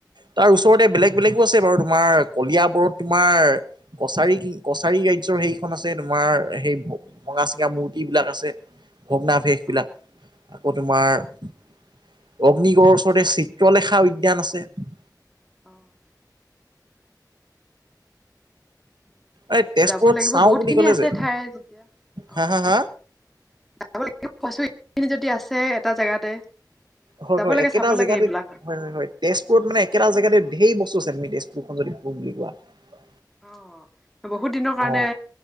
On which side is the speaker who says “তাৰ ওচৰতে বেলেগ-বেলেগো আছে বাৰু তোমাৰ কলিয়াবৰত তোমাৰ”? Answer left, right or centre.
Right